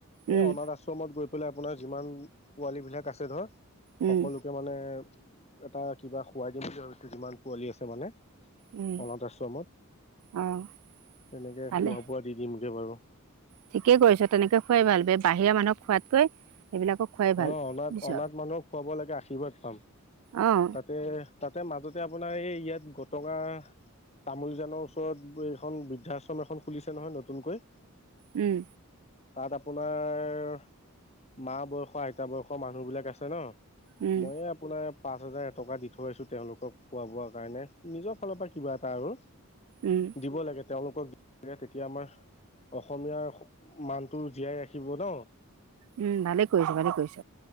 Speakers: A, on the left (about 30°); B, on the right (about 80°).
A: এ
B: উম,
A: অনাথ আশ্ৰমত গৈ পেলাই। আপোনাৰ যিমান পোৱালী বিলাক আছে ধৰ।
B: উম,
A: সকলোকে মানে। এটা কিবা খোৱাই দিম বুলি হয়তো যিমান পোৱালি আছে মানে।
B: উম,
A: অনাথ আশ্ৰমত
B: অ',
A: তেনেকে
B: ভালে
A: খোৱা বোৱা দি দিমগে বাৰু।
B: ঠিকেই কৰিছ তেনেকে খোৱাই ভাল বাহিৰা মানুহক খোৱাতকৈ। সেইবিলাকক খোৱাই ভাল
A: আহ অনাত
B: বুজিছ
A: অনাথ মানুহক খুৱাব লাগে আশীৰ্বাদ পাম।
B: অ',
A: তাতে তাতে মাজতে আপোনাৰ এই ইয়াত গটঙা তামোলজানৰ ওচৰত এইখন বৃদ্ধাশ্ৰম এখন খুলিছে নহয় নতুনকৈ।
B: উম।
A: তাত আপোনাৰ মা বয়সৰ আইতা বয়সৰ মানুহ বিলাক আছে ন।
B: উম,
A: মইয়ে আপোনাৰ। পাঁচ হাজাৰ এটকা দি থৈ আহিছোঁ তেওঁলোকক খোৱা বোৱা কাৰণে নিজৰ ফালৰ পৰা কিবা এটা আৰু।
B: উম,
A: দিব লাগে। তেওঁলোকক তেতিয়া আমাৰ অসমীয়াৰ। মানটো জীয়াই ৰাখিব ন।
B: উম, ভালে কৰিছ ভালে কৰিছ